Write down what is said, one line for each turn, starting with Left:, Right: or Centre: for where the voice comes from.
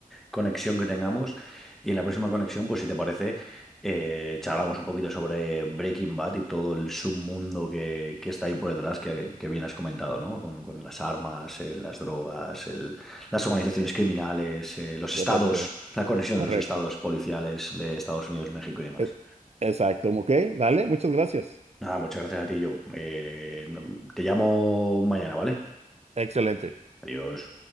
Centre: conexión que tengamos. Y en la próxima conexión, pues si te parece, eh, charlamos un poquito sobre Breaking Bad y todo el submundo que, que está ahí por detrás, que, que bien has comentado, ¿no? Con, con las armas, eh, las drogas, el- las organizaciones criminales, eh, los
Right: correcto,
Centre: estados, la conexión
Right: correcto.
Centre: de los estados policiales de Estados Unidos, México y demás.
Right: E- Exacto, ok, dale, muchas gracias.
Centre: Nada, muchas gracias a ti, Joe. Eh, no- te llamo mañana, ¿vale?
Right: Excelente.
Centre: Adiós.